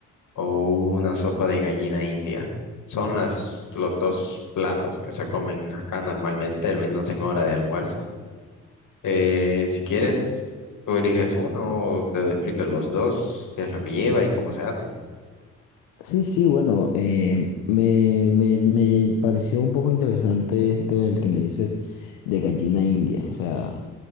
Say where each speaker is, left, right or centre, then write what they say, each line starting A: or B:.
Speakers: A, on the left; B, on the left.
A: o una sopa de gallina india. Son las, los dos platos que se comen acá normalmente, al menos en hora de almuerzo. Eh, si quieres, tú eliges uno o te explico los dos, qué es lo que lleva y cómo se hace.
B: Sí, sí, bueno, eh, me, me, me pareció un poco interesante este, el que me dices de gallina india, o sea,